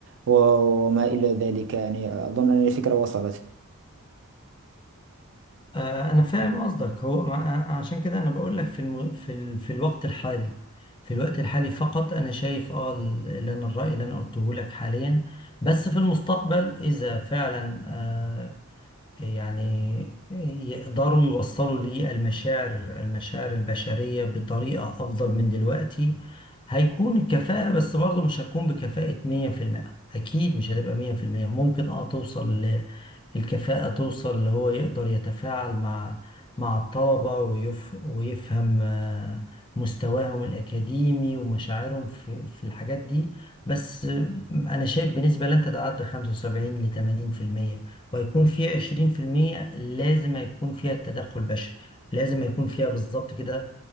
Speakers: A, on the right (about 55°); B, on the left (about 20°).
A: و- وما إلى ذلك يعني أظن أن الفكرة وصلت
B: آه، أنا فاهم قصدك هو مع- عشان كده أنا بقول لك في الم... في ال... في الوقت الحالي في الوقت الحالي فقط أنا شايف أه ال- اللي أنا الرأي اللي أنا قلته لك حاليا بس في المستقبل إذا فعلا آه، يعني يقدروا يوصلوا ليه المشاعر المشاعر البشرية بطريقة أفضل من دلوقتي هيكون الكفاءة بس برضه مش هتكون بكفاءة مية في المية أكيد مش هتبقى مية في المية ممكن اه توصل ل- الكفاءة توصل اللي هو يقدر يتفاعل مع مع الطلبة ويف ويفهم آه، مستواهم الأكاديمي ومشاعرهم في, في الحاجات دي بس آه، أنا شايف بنسبة لن تتعدى 75 ل 80% وهيكون فيها 20% لازم هيكون فيها تدخل بشري لازم هيكون فيها بالظبط كده